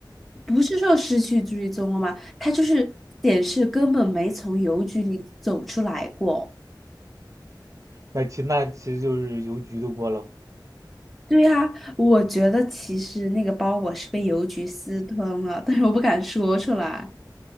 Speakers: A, in the centre; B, on the right.
A: 不是说失去追踪了吗？他就是显示根本没从邮局里走出来过。”
B: 那其那其实就是邮局的锅喽。
A: 对呀，我觉得其实那个包裹是被邮局私吞了，但是我不敢说出来。